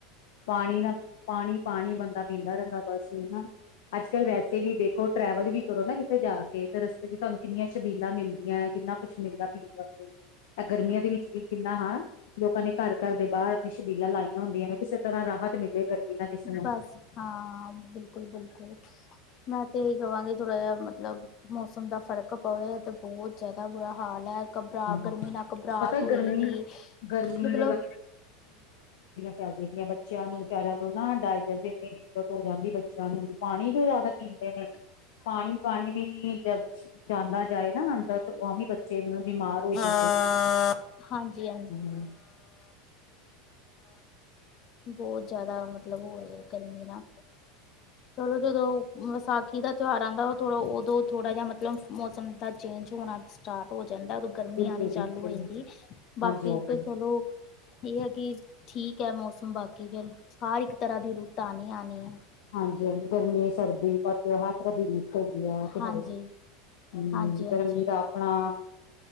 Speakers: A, on the left; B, on the left.
A: ਪਾਣੀ ਦਾ ਪਾਣੀ-ਪਾਣੀ ਬੰਦਾ ਪੀਂਦਾ ਰਹਿੰਦਾ ਬਸ ਨਾ ਅੱਜ ਕੱਲ ਵੈਸੇ ਵੀ ਦੇਖ। ਟਰੈਵਲ ਵੀ ਕਰੋ, ਨਾ ਕਿਥੇ ਜਾ ਕੇ ਤੇ ਤੇ ਜੇ ਤੁਹਾਨੂੰ ਕਿੰਨੀਆਂ ਸ਼ਬੀਲਾਂ ਮਿਲਦੀਆਂ, ਕਿੰਨਾ ਕੁਛ ਮਿਲਦਾ ਪੀਣ ਵਾਸਤੇ। ਤਾਂ ਗਰਮੀਆਂ ਦੇ ਵਿੱਚ ਵੀ ਕਿੰਨਾ ਹਾਂ, ਲੋਕਾਂ ਨੇ ਘਰ ਘਰ ਦੇ ਬਾਹਰ ਆਪਣੀ ਸ਼ਬੀਲਾਂ ਲਾਈਆਂ ਹੁੰਦੀਆਂ ਕਿਸੇ ਤਰ੍ਹਾਂ ਰਾਹਤ ਮਿਲੇ ਗਰਮੀ ਨਾਲ ਕਿਸੇ ਨੂੰ
B: ਬਸ ਹਾਂ ਬਿਲਕੁਲ, ਬਿਲਕੁਲ। ਮੈਂ ਤੇ ਇਹੀ ਕਹਾਂਗੀ, ਥੋੜ੍ਹਾ ਜਿਹਾ ਮਤਲਬ। ਮੌਸਮ ਦਾ ਫ਼ਰਕ ਪਵੇ ਤੇ ਬਹੁਤ ਜਿਆਦਾ ਬੁਰਾ ਹਾਲ ਹੈ। ਘਬਰਾਹ
A: ਹਾਂ
B: ਗਰਮੀ ਨਾਲ ਘਬਰਾਹਟ
A: ਪਤਾ
B: ਹੋਏਗੀ,
A: ਗਰਮੀ ਗਰਮੀ
B: ਮਤਲਬ
A: ਚੱਲਦੀਆਂ ਬੱਚਿਆਂ ਨੂੰ <unintelligible> ਦਿੱਕਤ ਹੋ ਜਾਂਦੀ ਬੱਚਿਆਂ ਨੂੰ ਵੀ ਪਾਣੀ ਜੋ ਜ਼ਿਆਦਾ ਪੀਂਦੇ ਨੇ, ਪਾਣੀ-ਪਾਣੀ ਵੀ ਜਦ ਜਾਂਦਾ ਜਾਏ, ਨਾ ਅੰਦਾ ਉਹ ਵੀ ਬੱਚੇ ਨੂੰ ਬਿਮਾਰ ਹੋ ਜਾਂਦੇ
B: ਹਾਂ, ਹਾ।
A: ਨੇ
B: ਹਾਂਜੀ,
A: ਹੂੰ,
B: ਬਹੁਤ ਜ਼ਿਆਦਾ ਮਤਲਬ ਹੋ ਰਹੇ ਗਰਮੀ ਨਾਲ ਚਲੋ ਜਦੋਂ, ਵਿਸਾਖੀ ਦਾ- ਤਿਉਹਾਰਾਂ ਦਾ ਉਹ ਥੋੜਾ ਉਦੋਂ ਥੋੜਾ ਜਿਹਾ ਮਤਲਬ, ਮੌਸਮ ਦਾ ਚੇਂਜ ਹੋਣਾ ਸਟਾਰਟ ਹੋ ਜਾਂਦਾ ਉਦੋਂ ਗਰਮੀ
A: ਬਿਲਕੁਲ
B: ਆਉਣੀ
A: ਬਿਲਕੁਲ
B: ਚਾਲੂ ਹੋ ਜਾਂਦੀ,
A: ਹਾਂਜੀ
B: ਬਾਕੀ
A: ਹਾਂਜੀ
B: ਤਾਂ ਚਲੋ ਇਹ ਹੈ ਕਿ ਠੀਕ ਹੈ, ਮੌਸਮ ਬਾਕੀ ਫੇਰ ਹਰ ਇੱਕ ਤਰ੍ਹਾਂ ਦੀ ਰੁਤਾਂ ਆਉਣੀ ਨੈ।
A: ਹਾਂਜੀ-ਹਾਂਜੀ, ਗਰਮੀ-ਸਰਦੀ ਪਤ ਹਰ ਤਰ੍ਹਾਂ ਰੀਤ ਹੈਗੀ ਆ। ਤੇ
B: ਹਾਂਜੀ।
A: ਹੈ ਹੀ ਹਮ
B: ਹਾਂ-ਹਾਂ,
A: ਗਰਮੀ ਦਾ ਆਪਣਾ